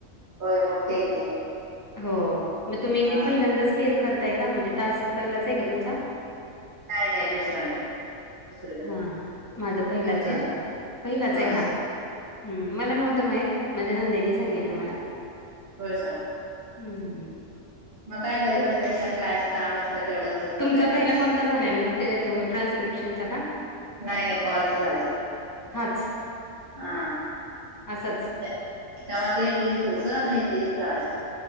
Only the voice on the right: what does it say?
होय मोठ्ठीय की.
हा
नाही नाही दुसऱ्यांदा. दुसरी बाई
तुमचं
होय
होय का?
मग काय घरी
बसत्या ती पण काय काम नसताय तेवढंच. बसायचं
मग
नाही नाही कॉलच झालंय.
हा.
तेव्हा ते वीसच होतं आता हे तीस च आलंय.